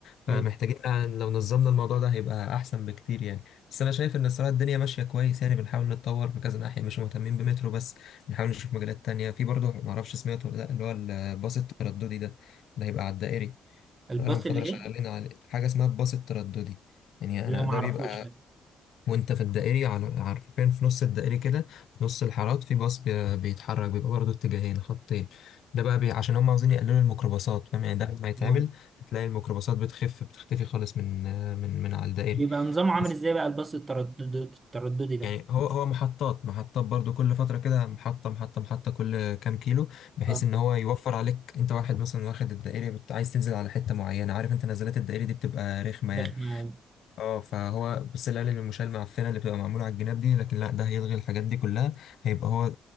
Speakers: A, on the left; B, on the right.
A: فمحتاجين
B: أيوة.
A: يعني لو نظمنا الموضوع ده هيبقى أحسن بكتير يعني بس أنا شايف إن الصراحة الدنيا ماشية كويس يعني بنحاول نتطور في كذا ناحية مش مهتمين بمترو بس بنحاول نشوف مجالات تانية في برضه معرفش سمعته ولا لأ اللي هو الباص الترددي ده اللي هيبقى على الدائري
B: الباص
A: بقالهم فترة
B: الايه
A: شغالين عليه حاجة اسمها الباص الترددي يعني
B: لا
A: أنا
B: معرفوش
A: ده بيبقى
B: لا
A: وانت في الدائري على عارفين في نص الدائري كده في نص الحارات في باص بي- بيتحرك بيبقى برضه اتجاهين خطين ده بقى بي... عشان هم عاوزين يقللوا الميكروباصات فاهم يعني ده لما يتعمل
B: اه
A: هتلاقي الميكروباصات بتخف بتختفي خالص من من من على الدائري
B: بيبقى نظامه عامل
A: بس
B: ازاي بقى الباص التردد الترددي ده
A: يعني هو هو محطات محطات برضو كل فترة كده محطة محطة محطة كل كام كيلو بحيث
B: اه
A: ان هو يوفر عليك انت واحد مثلا واخد الدائري بت... عايز تنزل على حتة معينة عارف انت نزلات الدائري دي بتبقى رخمة يعني
B: رخم أوي.
A: اه فهو بس القالب المشال المعفنه اللي بتبقى معموله على الجناب دي لكن لا ده هيلغي الحاجات دي كلها هيبقى هو